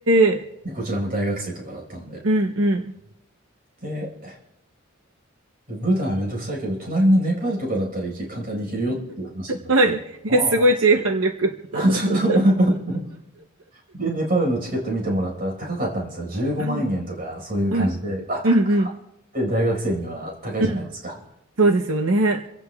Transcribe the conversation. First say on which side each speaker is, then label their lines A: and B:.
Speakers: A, on the right (about 70°); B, on the right (about 40°).
A: え、
B: で、こちらも大学生とかだったので。
A: うん、う
B: で、ブータンはめんどくさいけど、隣のネパールとかだったら行け、簡単に行けるよっていう話になって、
A: ん。はい。
B: ああ、
A: え、すごい低反力。
B: つって。<laughs>
A: <laughs>
B: で、ネパールのチケット見てもらったら高かったんですよ。15万円とか、
A: はい、
B: そういう感じで、
A: はい。
B: あ、高っって大学生には高いじゃないですか。
A: うん、うん、うん。そうですよね。